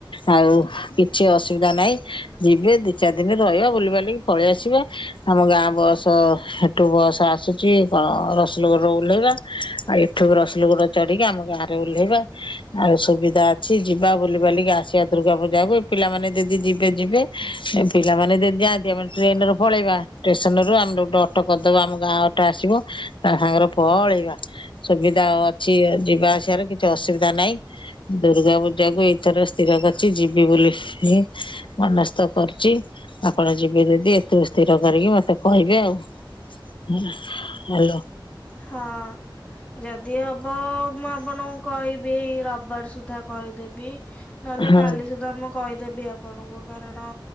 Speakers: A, on the left; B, on the left.
A: ଆଉ କିଛି ଅସୁବିଧା ନାହିଁ ଯିବେ ଦି ଚାରି ଦିନ ରହିବ ବୁଲିବାଲିକି ପଳେଇ ଆସିବା ଆମ ଗାଁ ବୟସ ସେଠୁ ବୟସ ଆସୁଛି କଣ ରସୁଲଗଡ଼ ଓହ୍ଲେଇବା। ଆଉ ଏଠୁ ବି ରସୁଲଗୋଡ ଚଢିକି ଆମ ଗାଁରେ ଓହ୍ଲେଇବା ଆଉ ସୁବିଧା କିଛି ଯିବା ବୁଲି ବାଲିକି ଆସିବା ଦୂର୍ଗା ପୂଜାକୁ ଏ ପିଲାମାନେ ଯଦି ଯିବେ ଯିବେ ଏ ପିଲାମାନେ ଯଦି ଯାଆନ୍ତି ଆମେ ଟ୍ରେନରେ ପଳେଇବା। ଷ୍ଟେସନ ରୁ ଆମେ ଗୋଟେ ଅଟୋ କରିଦବା ଆମ ଗାଁ ଅଟୋ ଆସିବ ତା ସାଙ୍ଗରେ ପଳେଇବା। ସୁବିଧା ଅଛି ଯିବା ଆସିବାର କିଛି ଅସୁବିଧା ନାହିଁ। ଦୁର୍ଗା ପୂଜା କୁ ଏଇଥର ସ୍ଥିର କରିଛି ଯିବି ବୋଲି ହେ ମନସ୍ଥ କରଛି। ଆପଣ ଯିବେ ଯଦି ଏତୁ ସ୍ଥିର କରିକି ମତେ କହିବେ ଆଉ ହଁ ହାଲୋ
B: ହଁ ଯଦି ହବ ମୁଁ ଆପଣଙ୍କୁ କହିବି ଏଇ ରବିବାର ସୁଦ୍ଧା କହିଦେବି ନହେଲେ
A: ହଁ।
B: କାଲି ସୁଧା ମୁଁ କହିଦେବି ଆପଣଙ୍କୁ କାରଣ